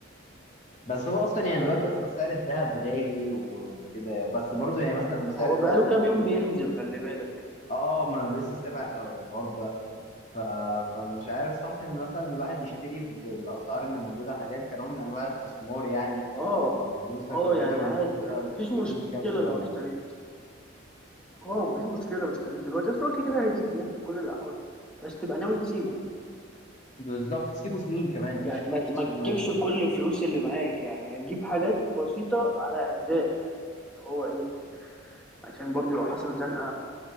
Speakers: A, on the left; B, in the centre.
A: بس هو اصلا
B: ف-
A: يعني دلوقتي اصلا سعر الذهب غالي و- وكده بس برضو يعني مثلا لو سعر
B: هو
A: الذهب
B: بقاله كام
A: غالي
B: يوم بينزل خلي بالك
A: اه ما انا لسه سامع الح- الحوار ده ف... فمش عارف صح ان مثلا الواحد يشتري بالاسعار اللي موجوده حاليا كنوع من انواع الاستثمار يعني
B: اه
A: لفلوسك
B: اه
A: وكده
B: يعني
A: وان
B: عادي
A: انت
B: يعني مفيش
A: تسيبه
B: مشكله
A: لكام سنه
B: لو اشتريت اه مفيش مشكله لو اشتريت دلوقتي بس هو كده كده هيزيد يعني في كل الاحوال بس تبقى ناوي تسيبه يعني
A: بالظبط تسيبه سنين كمان
B: يعني
A: مش
B: ما
A: مش
B: ت-
A: تسيبه
B: ما تجيبش
A: يعني
B: بكل الفلوس اللي معاك يعني هتجيب حاجات بسيطه على اجزاء يعني اللي هو ايه عشان برضو لو حصلت زنقة